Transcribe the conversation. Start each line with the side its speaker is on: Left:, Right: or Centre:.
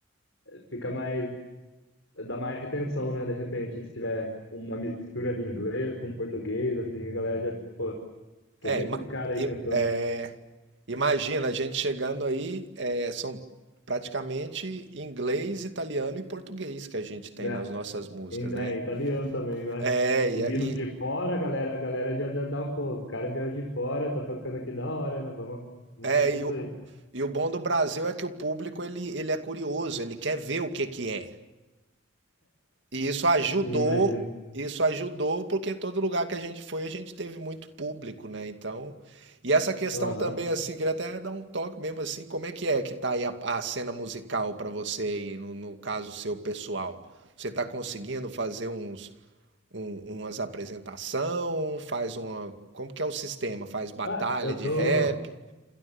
Left: fica mais dá mais atenção, né? De repente, se tiver uma mistura de inglês com português, assim, a galera já, pô, quem
Right: É,
Left: que é
Right: ima-
Left: esses caras
Right: i-
Left: aí cantando?
Right: é, imagina a gente chegando aí, é, são praticamente inglês, italiano e português que a gente tem
Left: Né?
Right: nas nossas músicas,
Left: Em- É,
Right: né?
Left: em italiano também, né?
Right: É,
Left: E vindo
Right: e,
Left: de fora, a galera, a galera já, já dá, pô, o cara veio de fora, tá tocando aqui da hora, né? Vamos, vamos
Right: É,
Left: curtir
Right: e,
Left: isso
Right: o,
Left: aí.
Right: e o bom do Brasil é que o público ele, ele é curioso, ele quer ver o que que é. E isso ajudou,
Left: Sim, imagino.
Right: isso ajudou porque todo lugar que a gente foi, a gente teve muito público, né? Então, e essa questão
Left: Aham.
Right: também assim, queria até dar um toque mesmo assim, como é que é que tá aí a, a cena musical para você aí, no, no caso seu pessoal? Você tá conseguindo fazer uns um- umas apresentação, faz uma, como que é o sistema? Faz batalha
Left: Ah, eu
Right: de
Left: tô.
Right: rap?